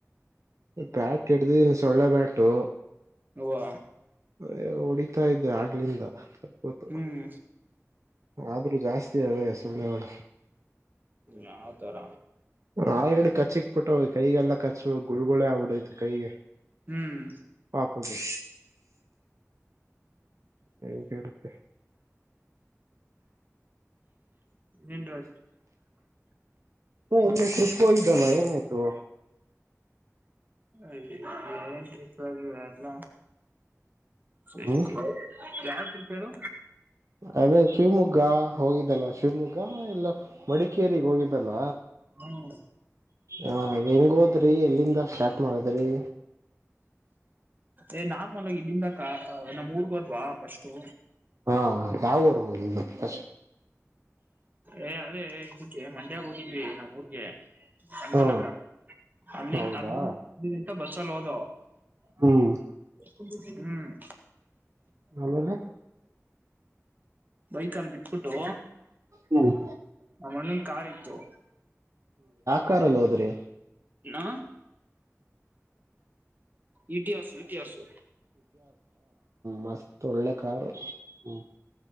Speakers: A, on the right; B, on the right.
A: ಬ್ಯಾಟ್ ಇಡ್ದಿದೀನ್ ಸೊಳ್ಳೆ ಬ್ಯಾಟು
B: ಹ
A: ಅ ಹೊಡಿತಾ ಇದ್ದೆ ಆಗ್ಲಿಂದ ಸ್ವಲ್ಪತ್ತು
B: ಹ್ಮ್
A: ಆದ್ರೂ ಜಾಸ್ತಿ ಅಲ್ವೇ ಸುಳ್ಳೆಗಳು
B: ಯಾವತರ
A: ಆಳಗಡೆ ಕಚ್ಚಿಕ್ ಪುಟ್ಟಾವ್ ಕೈಗೆಲ್ಲಾ ಕಚ್ಚುವ ಗುಳ್ುಳ ಆಗ್ಬಡು ಕೈಗೆ
B: ಹ್ಮ್
A: ಪಾಪುಗೆ ೆ
B: ಎನ್
A: ಹ ಇಲ್ಲ ತೃಪ್ ಹೋಗಿದ್ದಲ್ಲ ಏನಾಯ್ತು
B: ಇ ಅಯ ೇನ್ಟ್ರಿಪ್ ಅ ಎಲ್ಲ ಸ
A: ಹ್ಮ್
B: ಯಾವ ಟ್ರಿಪ್ ಹೇಳು
A: ಅದೇ ಶಿವಮೊಗ್ಗ ಹೋಗಿದ್ದಲ್ಲ ಶಿವಮೊಗ್ಗ ಎಲ್ಲ ಮಡಿಕೇಗ್ ಹೋಗಿದ್ದಲ್ಲ
B: ಹ್ಮ್
A: ಹ ಹೆಂಗ ಹೋದ್ರಿ ಎಲ್ಲಿಂದ ಸ್ಟಾರ್ಟ್ ಮಾಡದ್ರಿ
B: ಏ ನಾರ್ಮಲ್ ಇಲ್ಲಿಂದ ನಮ್ಮ್ ರ್ ಹೋದ್ವಾ ಫಸ್ು
A: ಹಾ ಯಾವರ್ ಫ
B: ಏ ಅದೇ ಇದಕ್ಕೆ ಮಂಡ್ಯಾಗ ಹೋಗಿದ್ವಿ ನಮ್ಮ ಊರ್ಗೆ ಅಮ್ಮನ್
A: ಹಾ
B: ನಗರ ಅಲ್ಲಿ
A: ಹೌದಾ
B: ಅಲ್ಲಿ ಅಲ್ಲಿಂತ ಬಸ್ಸಲ್ಲಿ ಹೋದ
A: ಹ್ಮ್
B: ಹ್ಮ್
A: ಆಮೇಲೆ
B: ಬೈಕಲ್ ಬಿಟ್ಬಿಟ್ಟು
A: ಹ್ಮ್
B: ನ ಮಣ್ಣನ್ ಕಾರ್ ಇತ್ತು
A: ಕಲ್ಲ ಹೋದ್ರಿ
B: ನಾ ಇತಿ ಆಸು ಇತಿ ಆಸು
A: ಮತ್ ಒಳ್ಳೆ ಕಾರ್ ಹ್ಮ